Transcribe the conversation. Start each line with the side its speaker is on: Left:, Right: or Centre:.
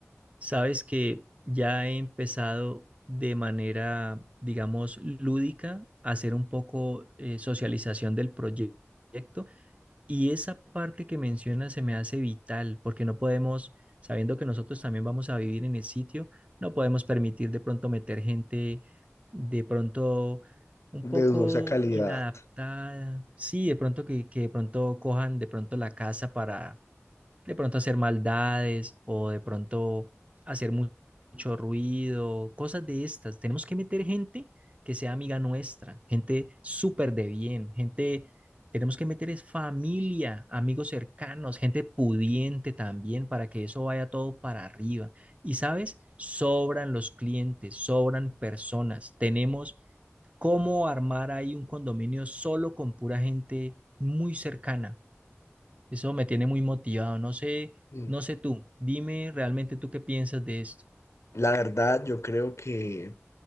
Right: Sabes que ya he empezado de manera, digamos, lúdica a hacer un poco eh, socialización del proye- proyecto y esa parte que mencionas se me hace vital porque no podemos, sabiendo que nosotros también vamos a vivir en el sitio, no podemos permitir de pronto meter gente de pronto un
Left: De
Right: poco
Left: dudosa calidad.
Right: inadaptada, sí, de pronto que, que de pronto cojan de pronto la casa para de pronto hacer maldades o de pronto hacer mu- mucho ruido, cosas de estas. Tenemos que meter gente que sea amiga nuestra, gente súper de bien, gente, tenemos que meter es familia, amigos cercanos, gente pudiente también para que eso vaya todo para arriba. Y sabes, sobran los clientes, sobran personas. Tenemos cómo armar ahí un condominio solo con pura gente muy cercana eso me tiene muy motivado. No sé,
Left: Mm.
Right: no sé tú, dime realmente tú qué piensas de esto.
Left: La verdad, yo creo que